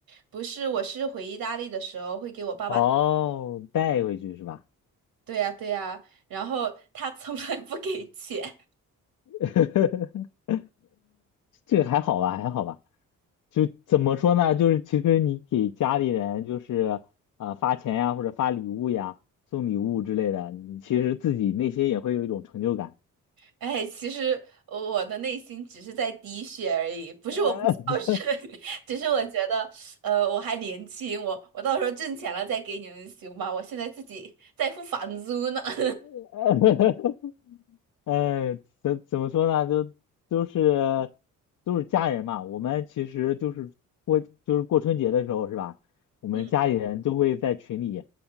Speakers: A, on the right (about 75°); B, on the left (about 60°).
A: 不是，我是回意大利的时候会给我爸爸，
B: 哦，带回去是吧？
A: 对呀，对呀，然后他从来不给钱。<laughs>
B: <laughs> 这个还好吧，还好吧。就怎么说呢？就是其实你给家里人就是啊、发钱呀，或者发礼物呀、送礼物之类的，你其实自己内心也会有一种成就感。
A: 哎，其实我的内心只是在滴血而已，不是我不孝顺，
B: 呃
A: <laughs> 只是我觉得，呃，我还年轻，我我到时候挣钱了再给你们行吧？我现在自己在付房租呢。<laughs>
B: <laughs>，呃，怎怎么说呢？就都是都是家人嘛。我们其实就是过就是过春节的时候是吧？我们家里人都会在群里
A: 嗯，